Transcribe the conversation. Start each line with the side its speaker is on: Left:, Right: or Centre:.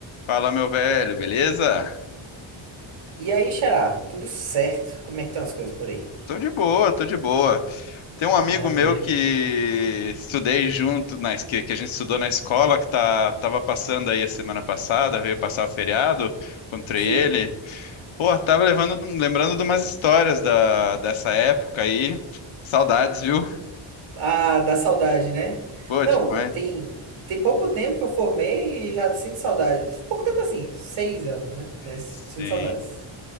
Left: Fala, meu velho, beleza?
Right: E aí, Xará, tudo certo? Como é que estão as coisas por aí?
Left: Tô de boa, tô de boa. Tem um amigo
Right: Maravilha.
Left: meu que estudei junto, na, que, que a gente estudou na escola, que tá, tava passando aí a semana passada, veio passar o feriado, encontrei
Right: Sim,
Left: ele. Pô, tava levando, lembrando de umas histórias da, dessa época aí. Saudades, viu?
Right: Ah, dá saudade, né?
Left: Pô,
Right: Não,
Left: demais.
Right: eh, tem, tem pouco tempo que eu formei e já sinto saudades. Pouco tempo assim, seis anos, né? Mas
Left: Sim.
Right: sinto saudades.